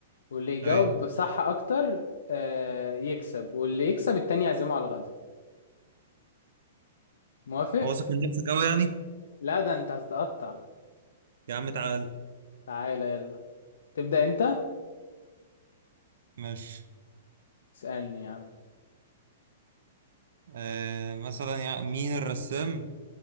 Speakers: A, on the left; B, on the right.
A: واللي يجاوب
B: اي
A: صح اكتر آه يكسب واللي يكسب التاني يعزمه على الغدا موافق
B: واثق من نفسك قوي يعني
A: لا ده انت هتتقطع
B: يا عم تعال
A: تعالى يلا تبدا انت
B: ماشي
A: اسالني يا عم
B: آه مثلا يعني مين الرسام